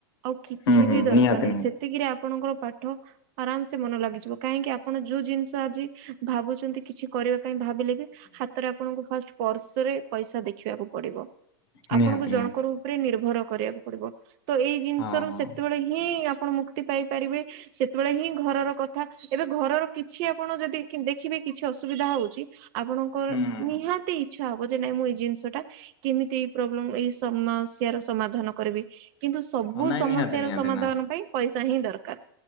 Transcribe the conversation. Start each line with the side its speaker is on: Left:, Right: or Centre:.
Right: ଆଉ କିଛି
Left: ହୁଁ ହୁଁ
Right: ବି ଦରକାର
Left: ନିହାତି
Right: ନାହିଁ।
Left: ନିହାତି।
Right: ସେ ତିକିରେ ଆପଣଙ୍କର ପାଠ ଆରାମ ସେ ମନ ଲାଗିଯିବ କାହିଁକି ଆପଣ ଯୋଉ ଜିନିଷ ଆଜି ଭାବୁଛନ୍ତି କିଛି କରିବା ପାଇଁ ଭାବିଲେ ବି ହାତରେ ଆପଣଙ୍କୁ ଫାଷ୍ଟ ପର୍ସରେ ପଇସା ଦେଖିବାକୁ ପଡିବ। ଆପଣଙ୍କୁ
Left: ନିହାତି
Right: ଜଣ
Left: ନିହାତି
Right: କରୁ ଉପରେ ନିର୍ଭର କରିବାକୁ ପଡିବ ତ ଏଇ ଜିନିଷ
Left: ହଁ
Right: ର
Left: ହଁ
Right: ସେତେବେଳେ ହି ହିଁ ଆପଣ ମୁକ୍ତି ପାଇପାରିବେ ସେତେବେଳେ ହିଁ ଘରର କଥା ଏବେ ଘରର କିଛି ଆପଣ ଯଦି କି ଦେଖିବେ କିଛି ଅସୁବିଧା ହଉଛି। ଆପଣଙ୍କର
Left: ହୁଁ ହୁଁ ହୁଁ।
Right: ନିହାତି ଇଛା ହବ ଯେ ନାଇଁ ମୁଁ ଏଇ ଜିନିଷ ଟା କେମିତି ଏଇ ପ୍ରୋବ୍ଲେ ଏଇ ସମସ୍ୟାର ସମାଧାନ କରିବି। କିନ୍ତୁ ସବୁ
Left: ହଁ ନାଇଁ
Right: ସମସ୍ୟା
Left: ନିହାତି
Right: ର
Left: ନିହାତି
Right: ସମାଧାନ
Left: ନିହାତି
Right: ପାଇଁ ପଇସା ହିଁ ଦରକାର।